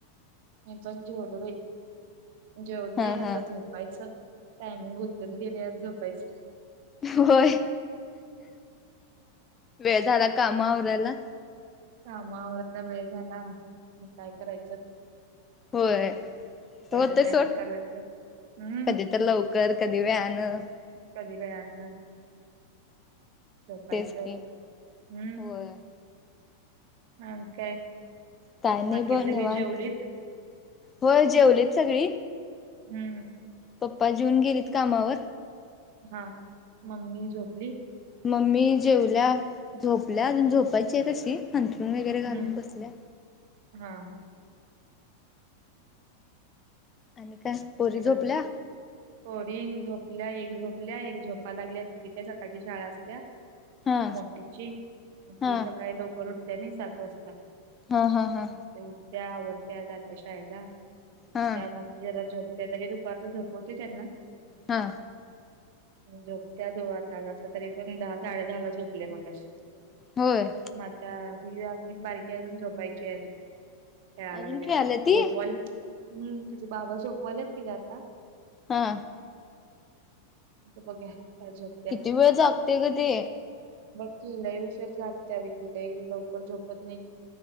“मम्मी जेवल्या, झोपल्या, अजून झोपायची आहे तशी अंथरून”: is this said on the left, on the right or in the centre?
Left